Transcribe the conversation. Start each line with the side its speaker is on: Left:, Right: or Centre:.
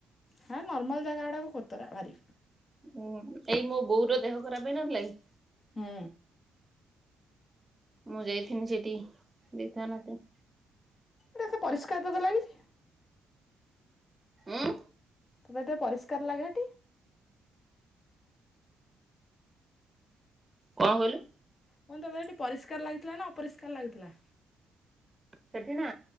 Left: ହଁ ନର୍ମାଲ ଜାଗା ଉଡାକ କୋତରା ଭାରି।
Right: ଉୁଁ ଏଇ ମୋ ବୋଉ ର ଦେହ ଖରାପ ହେଇନଥିଲା କି?
Left: ହୁଁ।
Right: ମୁଁ ଯାଇଥିନି ସେଠି ଦେଇଥାନା ତ
Left: ତ ସେ ପରିଷ୍କାର ତ ଏବେ ଲାଗୁଛି।
Right: ଉଁ
Left: ବୋଧେ ପରିସ୍କାର ଲାଗେ ହେଟି।
Right: କଣ କହଲୁ।
Left: ମୁଁ କନି ତତେ ହେଟି ପରିଷ୍କାର ଲାଗିଥିଲା ନା ଅପରିଷ୍କାର ଲାଗୁଥିଲା।
Right: ସେଠି ନା